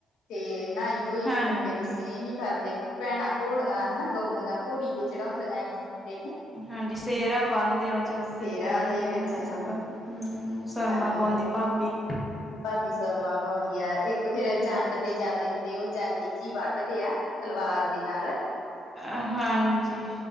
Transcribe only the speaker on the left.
ਤੇ ਨਹਾਈ ਧੋਈ
ਵੀ, ਮੁੰਡੇ ਦੀ ਸੇਮ ਹੀ ਕਰਦੇ। ਭੈਣਾਂ ਘੋੜਿਆ, ਹੈਨਾ ਗਾੳਦਿਆ, ਘੋੜੀ ਤੇ ਚੜਾਉਂਦਆਂ। ਫੇਰ ਮੁੰਡੇ ਨੂੰ
ਸਿਹਰਾ
ਦੇ
ਵਿੱਚ
ਹਾਂਜੀ,
ਹਾਂਜੀ,
ਹਾਂਜੀ।
ਭਾਬੀ ਸੁਰਮਾ, ਪਾਉਂਦੀ ਆ। ਇੱਕ ਫੇਰ ਜੰਡ ਤੇ, ਜਾਂਦੇ ਹੁੰਦੇ, ਉਹ ਜੰਡੀ ਜੀ, ਵੱਢਦੇ ਆ। ਤਲਵਾਰ, ਦੇ ਨਾਲ।